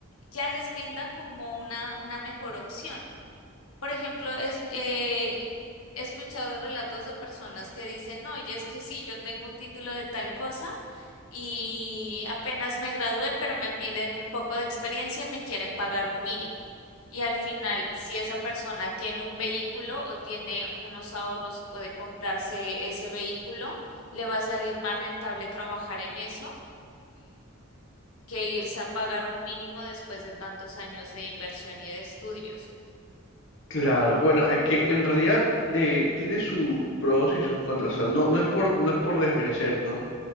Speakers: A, on the left; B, on the left.
A: ya les brinda como una, una mejor opción. Por ejemplo, es, eh, he escuchado relatos de personas que dicen, "No, oye, es que sí, yo tengo un título de tal cosa y apenas me gradué, pero me piden un poco de experiencia y me quieren pagar un mínimo. Y al final, si esa persona tiene un vehículo o tiene unos ahorros y puede comprarse ese vehículo, le va a salir más rentable trabajar en eso que irse a pagar un mínimo después de tantos años de inversión y de estudios.
B: claro. Bueno, es que en realidad eh, tiene sus pros y sus contras. O sea, no, no es por, no es por desmerecer, ¿no?